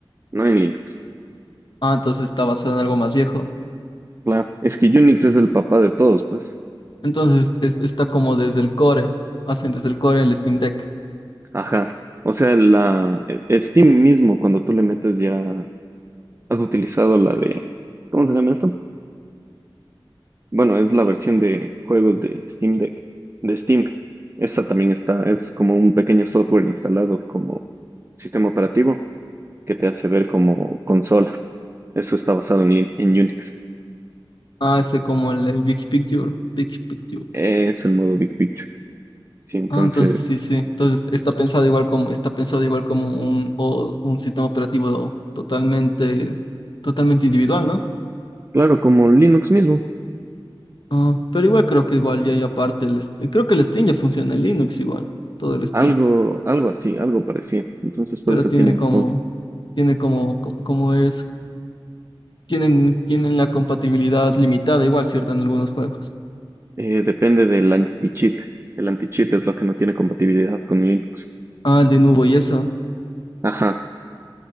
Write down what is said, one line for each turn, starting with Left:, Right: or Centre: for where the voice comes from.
Right: no en Linux.
Left: Ah, entonces está basado en algo más viejo.
Right: Claro, es que Unix es el papá de todos, pues.
Left: Entonces es- está como desde el core, hacen desde el core el Steam Deck.
Right: Ajá. O sea, la e- Steam mismo, cuando tú le metes ya, has utilizado la de, ¿cómo se llama esto? Bueno, es la versión de juegos de Steam Deck, de Steam. Esa también está, es como un pequeño software instalado como sistema operativo que te hace ver como consola. Eso está basado en, lin- en Unix.
Left: Ah, ese como el, el Big Picture, Big Picture.
Right: Es el modo Big Picture. Sí, entonces,
Left: Ah, entonces sí, sí. Entonces está pensado igual como, está pensado igual como un, o- un sistema operativo totalmente, totalmente individual, ¿no?
Right: claro, como Linux mismo.
Left: Ah, pero igual creo que igual ya hay aparte el Steam. Creo que el Steam ya funciona en Linux igual, todo el Steam.
Right: Algo, algo así, algo parecido. Entonces, por
Left: Pero
Right: eso
Left: tiene
Right: tiene un
Left: como,
Right: full.
Left: tiene como, co- como, es, tienen, tienen la compatibilidad limitada igual, ¿cierto? En algunos juegos.
Right: Eh, depende del anti-cheat. El anti-cheat es lo que no tiene compatibilidad con Linux.
Left: Ah, el de nuevo y eso.
Right: Ajá.